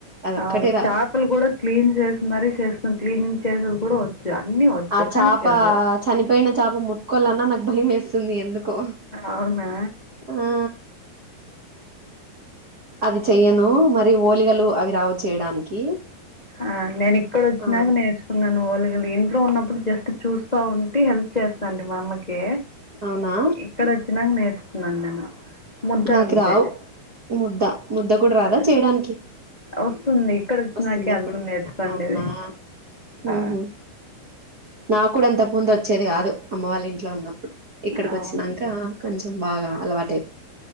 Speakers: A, on the right; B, on the left.
A: అదొక్కటే
B: అవును
A: రాదు
B: చేపలు కూడా క్లీన్ చేసి మరి చేస్తాం క్లీనింగ్ చేసేది కూడా వచ్చు అన్నీ వచ్చు
A: ఆ
B: కానీ
A: చేప
B: తినదు
A: చనిపోయిన చేప ముట్టుకోవాలన్నా నాకు భయం వేస్తుంది ఎందుకు
B: అవునా
A: కు ఆ అది చెయ్యను మరి ఓలిగలు అవి రావు చేయడానికి
B: ఆ నేను ఇక్కడ వచ్చినాక
A: ఆ
B: నేర్చుకున్నాను ఓలిగులు ఇం ట్లో ఉన్నప్పుడు జస్ట్ చూస్తా ఉంటే హెల్ప్ చేస్తాండి మా అమ్మకి.
A: అవునా
B: ఇక్కడ వచ్చినాక నేర్చుకున్నాను నేను ముద్ద
A: నాకు
B: అంతే
A: రావు ముద్ద ముద్ద కూడా రాదా
B: ఆ
A: చేయడానికి
B: వస్తుంది ఇక్కడొచ్చినాకే
A: వస్తుంది ఇప్పుడు
B: అది కూడా నేర్చుకోండిది.
A: అవునా
B: ఆ!
A: ఉహు నాకు కూడా ఇంతకు ముందు వచ్చేది కాదు. అమ్మ వాళ్ళ ఇంట్లో ఉన్నప్పుడు ఇక్కడికి
B: అవును.
A: వచ్చినాక కొంచెం బాగా అలవా టై